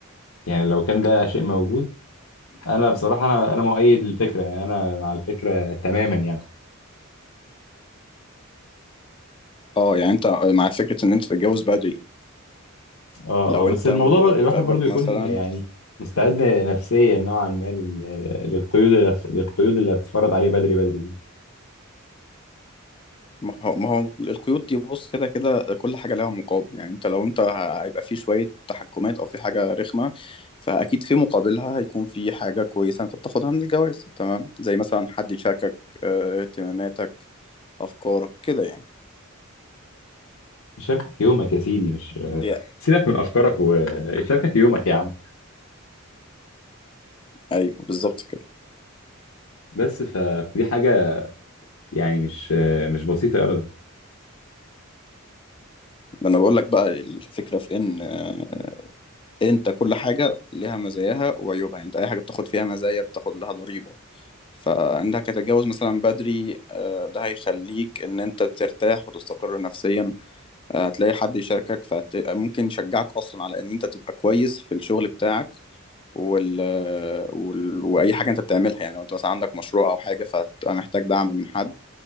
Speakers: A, on the left; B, on the left.
A: يعني لو كان ده شيء موجود انا بصراحه انا انا مؤيد للفكره يعني انا مع الفكره تماما يعني
B: اه يعني انت مع فكره ان انت تتجوز بدري
A: اه
B: لو
A: اه بس
B: انت
A: الموضوع
B: مرتبك
A: بر... الواحد برضو يكون
B: مثلا
A: يعني مستعد نفسيا نوعا ما لل... للقيود اللي هت- للقيود اللي هتتفرض عليه بدري بدري دي
B: ما هو ما هو القيود دي بص كده كده كل حاجه لها مقابل يعني انت لو انت ه- هيبقى في شويه تحكمات او في حاجه رخمه فاكيد في مقابلها هيكون في حاجه كويسه انت بتاخدها من الجواز تمام زي مثلا حد يشاركك آه، اهتماماتك افكارك كده يعني
A: يشاركك يومك يا سيدي مش
B: دي
A: سيبك من افكارك ويشاركك يومك يا عم
B: ايوه بالظبط كده
A: بس ف... فدي حاجه يعني مش مش بسيطه ابدا
B: ما انا بقول لك بقى الفكره في ان آه، انت كل حاجه ليها مزاياها وعيوبها يعني انت اي حاجه بتاخد فيها مزايا بتاخد لها ضريبه فانك هتتجوز مثلا بدري آه، ده هيخليك ان انت ترتاح وتستقر نفسيا آه، هتلاقي حد يشاركك فممكن يشجعك اصلا على ان انت تبقى كويس في الشغل بتاعك وال... وال... واي حاجه انت بتعملها يعني لو انت مثلا عندك مشروع او حاجه فهتبقى محتاج دعم من حد